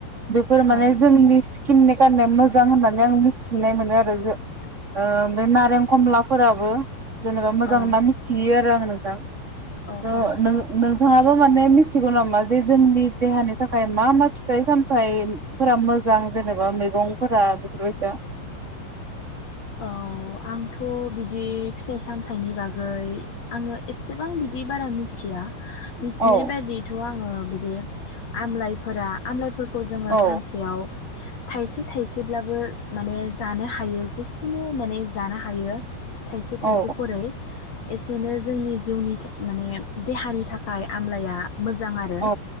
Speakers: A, on the right (about 20°); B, on the left (about 55°).
A: बेफोर माने
B: औ
A: जोंनि खिननाय खाननाया मोजां होननानै आं मिथिनाय मोनो आरो जो ओ बे नारें खमलाफोराबो जेनेबा मोजां
B: औ
A: ना मिथियो आरो आंनो दा
B: औ
A: ओ
B: औ
A: नों नोंथा माने मिथिगौ नामा जे जोंनि देहानि थाखाय मा मा फि फिथाइ सामथाइफोरा मोजां जेनेबा मैगंफोरा बेफोरबायसा
B: औ आंथ' बिदि फिथाइ सामथाइनि बागै आङो एसेबां बिदि बारा मिथिया मिथिनाय
A: औ
B: बायदिथ' आङो बिदि आमलाइफोरा आमलाइ फोरखौ जोङो
A: औ
B: सानसेयाव थाइसे थाइसेब्लाबो माने जानो हायो जेसे बिसिनो माने जानो हायो थाइसे थाइसे
A: औ
B: खरै एसेनो जोंनि जिउनि माने देहानि थाखाय आमलाया मोजां आरो
A: औ